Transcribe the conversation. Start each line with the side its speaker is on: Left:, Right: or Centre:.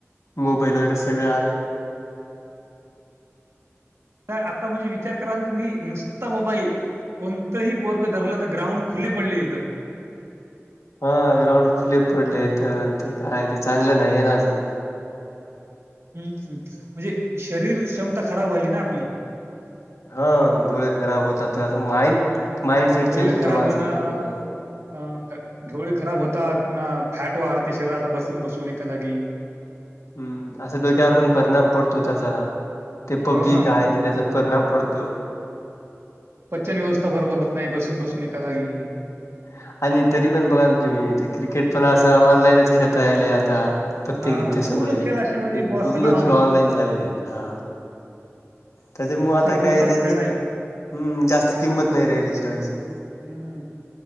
Left: मोबाईल वरच सगळं आलंय
Right: अ आता म्हणजे विचार करा ना तुम्ही नुसता मोबाईल कोणतंही पोरग धरल तर ग्राउंड खुली पडलीये इथं
Left: हा ग्राउंड खुले पडलेयेत आणि ते काय ते चांगलं नाहीये ना असं
Right: हम्म हम्म म्हणजे शरीर क्षमता खराब व्हायली ना आपली
Left: हा डोळे खराब होतात असं माइंड माइंडसेट
Right: डोळे
Left: चेंज होत
Right: खराब
Left: माणसाच
Right: होणं
Left: पूर्ण
Right: अं डोळे खराब होतात पुन्हा फॅट वाढते शरीराला बसून बसून एका जागी
Left: हम्म असा डोक्यावर पण परिणाम पडतो त्याचा ते पब्जी
Right: हो ना
Left: काय
Right: आणि
Left: ते त्याचा
Right: पुन्हा
Left: परिणाम पडतो.
Right: पचन व्यवस्था बरोबर होत नाही बसून बसून एका
Left: हम्म
Right: जागी
Left: आणि तरी पण बघा ना तुम्ही ते क्रिकेट पण असं ऑनलाईनच खेळता यायलय आता पत्ते
Right: हा
Left: गीत्ते सगळे
Right: पूर्ण खेळ असे म्हणजे
Left: ते
Right: बुवा
Left: पूर्ण
Right: सगळं
Left: खेळ ऑनलाईन झालेले आहेत हा त्याच्यामुळ आता
Right: असा कोणताच
Left: काही त्यांचं
Right: खेळ नाही.
Left: हम्म जास्त किंमत नाही राहिली खेळाची
Right: हम्म